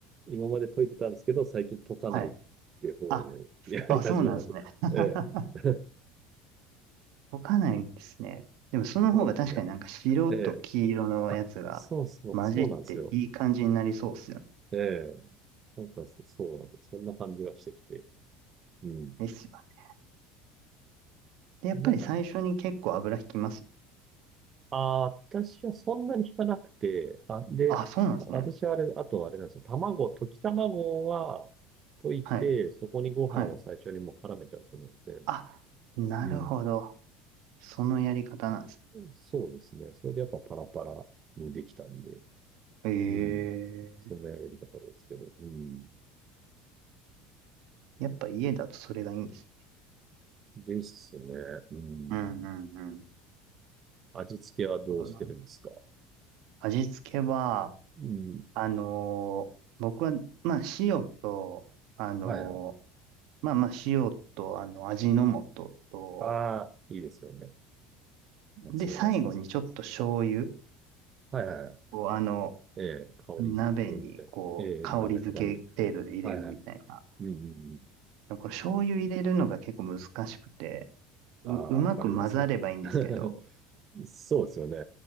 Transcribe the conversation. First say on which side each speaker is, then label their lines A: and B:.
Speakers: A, on the right (about 35°); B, on the right (about 70°).
A: 今まで解いてたんですけど、最近解かないっていう方をやり始めました。
B: はい。あ、あ、そうなんですね。<laughs>
A: ええ。<laughs>
B: 溶かないですね。でもその方が確かになんか白と黄色のやつが混じっていい感じになりそうっすよね。
A: そうですね。ええ。あ、そうそう、そうなんですよ。ええ。なんかそ、そうなんですよ。そんな感じがしてきて。うん。
B: ですよね。で、やっぱり最初に結構油引きますよ。
A: なんかああ、私はそんなに引かなくて、あ、で、
B: あ、そうなんですね。
A: 私はあれ、あとあれなんですよ。卵、溶き卵は溶いて、
B: はい。
A: そこにご飯を最初にもう絡めちゃうんですよね、
B: はい。
A: 全部。
B: あ、なるほど。
A: うん。
B: そのやり方なんです。
A: そうですね。それでやっぱパラパラにできたんで、
B: ええ
A: うん。そんなやり方ですけど、うん。
B: やっぱ家だとそれがいいんですね。
A: ですね。うん。
B: うんうんうん。なる
A: 味付けはどうしてるんですか
B: ほどな。味付けは、
A: うん。
B: あのー僕は、まあ塩と、あの
A: はいはい。
B: ーまあまあ塩と、あの、味の素と、
A: ああ、いいですよね。間違いないですね。
B: で、最後にちょっと醤油
A: はいはい。
B: をあの、
A: ええ、香り付けみたいな。
B: 鍋にこう、
A: ええ、
B: 香り付け程度で入れるみたいな。
A: 鍋肌に。はいはい。うんうんうん。
B: この醤油入れるのが結構難しくて、う、
A: ああ、
B: うまく混ざればいいんですけど、
A: わかります。<laughs> そうですよね。